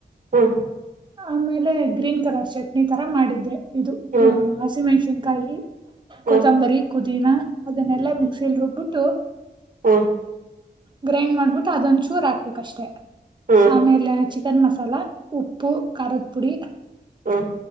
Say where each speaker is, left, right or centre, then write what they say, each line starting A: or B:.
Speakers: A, on the right; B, on the right.
A: ಹ್ಮ
B: ಆಮೇಲೆ ಗ್ರೀನ್ ಕಲರ್ ಚಟ್ನಿ ತರ ಮಾಡಿದ್ದೆ ಇದು
A: ಹ್ಮ್
B: ಹಸಿಮೆಣ್ಸಿನ್ಕಾಯಿ
A: ಹ್ಮ್
B: ಕೊತ್ತಂಬರಿ ಪುದಿನ ಅದನ್ನೆಲ್ಲಾ ಮಿಕ್ಸಿಯಲ್ಲಿ ರುಬ್ಬಿಟ್ಟು
A: ಹಾ
B: ಗ್ರೈಂಡ್ ಮಾಡ್ಬಿಟ್ಟು ಅದೊಂದ ಚೂರ್ ಹಾಕ್ಬೇಕಷ್ಟೇ
A: ಹ್ಮ್
B: ಆಮೇಲೆ ಚಿಕನ್ ಮಸಾಲಾ ಉಪ್ಪ ಪೂ ಕರತ್ ಪುಡಿ
A: ಹ್ಮ್